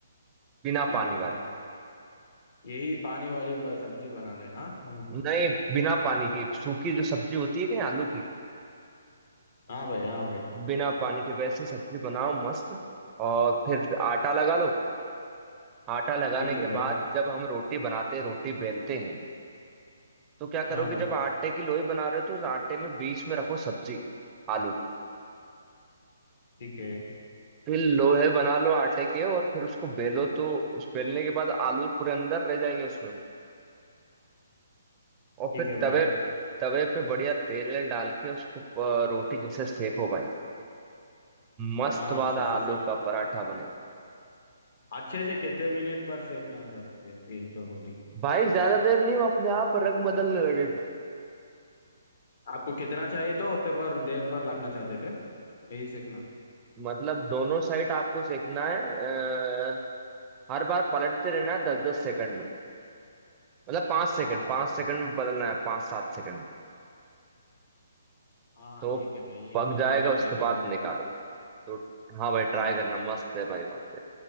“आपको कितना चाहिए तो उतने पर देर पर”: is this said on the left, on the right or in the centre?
Left